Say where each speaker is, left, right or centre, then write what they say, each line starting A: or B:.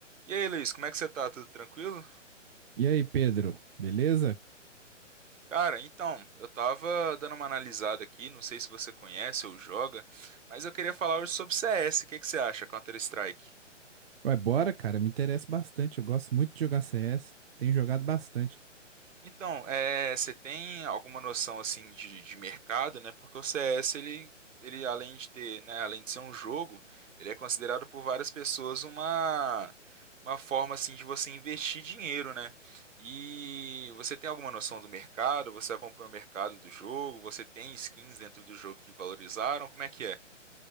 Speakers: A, on the right (about 80°); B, on the right (about 50°).
A: E aí, Luiz, como é que você tá? Tudo tranquilo?
B: E aí, Pedro, beleza?
A: Cara, então, eu tava dando uma analisada aqui, não sei se você conhece ou joga, mas eu queria falar hoje sobre CS. O que que você acha, Counter-Strike?
B: Vai, bora, cara. Me interessa bastante. Eu gosto muito de jogar CS. Tenho jogado bastante.
A: Então, é, você tem alguma noção assim de, de mercado, né? Porque o CS ele, ele além de ter, né, além de ser um jogo, ele é considerado por várias pessoas uma uma forma assim de você investir dinheiro, né? E você tem alguma noção do mercado? Você acompanha o mercado do jogo? Você tem skins dentro do jogo que valorizaram? Como é que é?